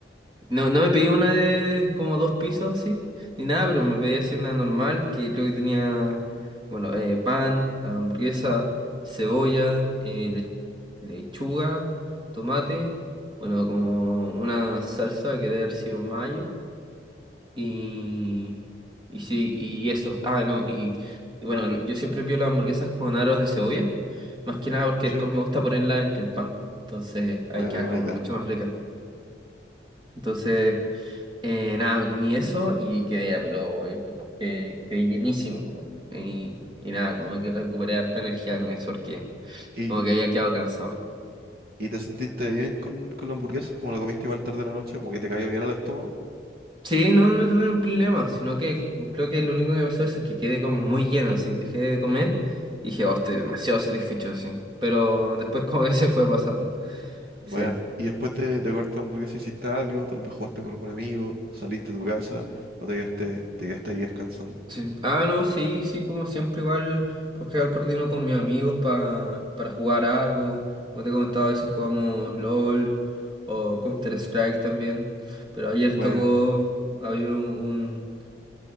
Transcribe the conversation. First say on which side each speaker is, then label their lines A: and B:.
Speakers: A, on the right (about 25°); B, on the right (about 55°).
A: No, no me pedí una de como dos pisos así, ni nada, pero me pedí así una normal que creo que tenía, bueno, eh, pan, hamburguesa, cebolla, eh, le- lechuga, tomate, bueno, como una salsa que debe haber sido mayo. Y, y sí, y eso. Ah, no, y, y bueno, yo siempre pido las hamburguesas con aros de cebolla, más que nada porque
B: Sí.
A: después me gusta ponerla entre el pan, entonces ahí
B: Bueno,
A: queda
B: qué buena
A: como
B: idea.
A: mucho más rica. Entonces, eh, nada, me comí eso y quedé, pero eh, quedé, quedé llenísimo. weón. Y, y nada, como que recuperé harta energía con eso porque
B: ¿Y,
A: como que había quedado cansado.
B: y te sentiste bien con, con la hamburguesa? ¿Como la comiste igual tarde de la noche? ¿Como que te cayó bien al estómago?
A: Sí, no, no tuve un problema, sino que creo que lo único que me pasó eso es que quedé como muy lleno, así dejé de comer y dije, oh, estoy demasiado satisfecho, así. Pero después <laughs> como que se fue pasando. Sí,
B: Bueno, y después de, de cortar hamburguesa hiciste algo, tal vez jugaste con algún amigo, saliste de tu casa o te quedaste, te quedaste ahí descansando.
A: sí. Ah, no, sí, sí, como siempre igual, porque al coordino con mis amigos pa- para jugar algo. Como te he comentado, a veces jugamos LOL o Counter-Strike también. Pero ayer
B: Bueno,
A: tocó, había un,